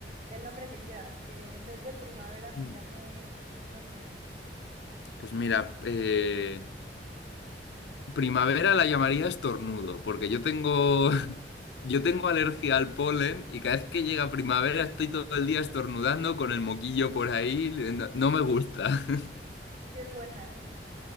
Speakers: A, on the right; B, on the left.
A: El nombre que quieras, que en vez de primavera se
B: Mm.
A: llame, no sé,
B: Pues mira, eh, Primavera la llamaría estornudo, porque yo tengo, <laughs> yo tengo alergia al polen y cada vez que llega primavera estoy todo el día estornudando con el moquillo por ahí, no, no me gusta. <laughs>
A: si es buena, ¿eh?